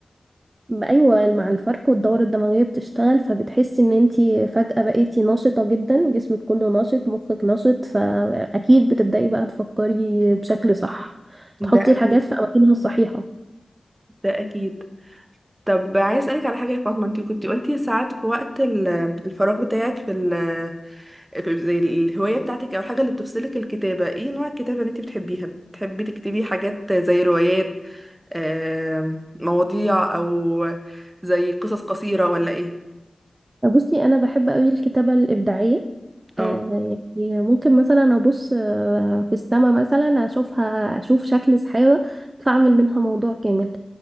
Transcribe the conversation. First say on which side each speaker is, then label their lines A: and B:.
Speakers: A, on the right; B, on the right.
A: بقى ايوه مع الفرق والدورة الدموية بتشتغل فبتحسي ان انتي فجأة بقيتي نشطة جدا جسمك كله نشط مخك نشط فاكيد بتبدأي بقى تفكري بشكل صح
B: ده
A: تحطي
B: أكيد
A: الحاجات في اماكنها الصحيحة
B: ده أكيد طب عايز أسألك على حاجة يا فاطمة أنت كنت قلتي ساعات في وقت ال- الفراغ بتاعك في زي الهواية بتاعتك أو الحاجة اللي بتفصلك الكتابة ايه نوع الكتابة اللي انت بتحبيها بتحبي تكتبي حاجات زي روايات آم، مواضيع أو زي قصص قصيرة ولا ايه
A: بصي انا بحب قوي الكتابه الابداعيه
B: اه
A: آه، يعني ممكن مثلا ابص آه، في السما مثلا اشوفها اشوف شكل سحابه فاعمل منها موضوع كامل